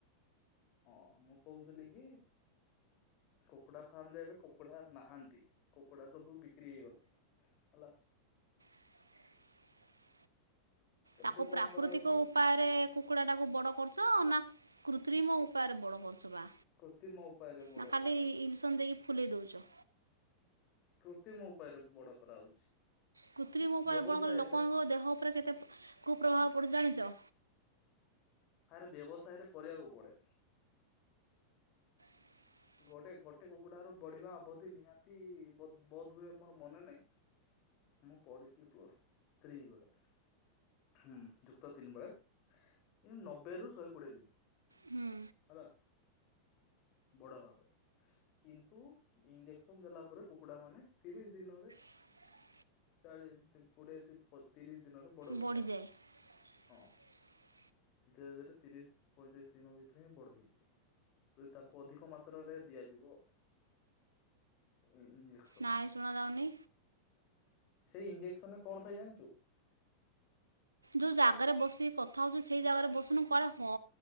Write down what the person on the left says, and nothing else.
ହଁ, ମୁଁ କହୁଥିଲି କି କୁକୁଡା ଫାର୍ମରେ ଏବେ କୁକୁଡା ନାହାନ୍ତି କୁକୁଡା ସବୁ ବିକ୍ରି ହେଇଗଲେ। ହେଲା।
ଏବେ
କଣ
କରାହଉଛି
କୃତ୍ରିମ ଉପାୟରେ ବଡ
କରାହଉଛି।
କୃତ୍ରିମ ଉପାୟରେ ବଡ କରାହଉଛି।
ବ୍ୟବସାୟ
ଆରେ ବ୍ୟବସାୟରେ କରିବାକୁ ପଡେ।
ଗୋଟେ ଗୋଟେ କୁକୁଡାର ବଢିବା ଅବଧି ନିହାତି ବେ ବେଧ୍ ହୁଏ ମୋର ମନେ ନାହିଁ। ମୁଁ ପଢିଥିଲି ପ୍ଲସ୍ ଥ୍ରୀ ବେଳେ। ହୁଁ ଯୁକ୍ତ ତିନି ବେଳେ ଏ ନବେରୁ ଶହେ କୋଡିଏ ଦିନ।
ହେଲା। ବଡ ଭାବେ କିନ୍ତୁ ଇଞ୍ଜେକ୍ସନ ଦେଲା ପରେ କୁକୁଡା ମାନେ ତିରିଶ ଦିନରେ
ଚାଳିଶ ତିପ୍ କୋଡିଏ ତିପ୍ ପ ତିରିଶ ଦିନରେ ବଡ ହେଇଯାଆନ୍ତି।
ହଁ ଧୀରେ ଧୀରେ ତିରିଶ ପଇଁତିରିଶ ଦିନ ଭିତରେ ହିଁ ବଡ ହେଇଯିବେ। ତୁ ତାଙ୍କୁ ଅଧିକ ମାତ୍ରାରେ ଦିଆଯିବ। ଇଞ୍ଜେକ୍ସନ
ସେଇ ଇଞ୍ଜେକ୍ସନରେ କ'ଣ ଥାଏ ଜାଣିଛୁ?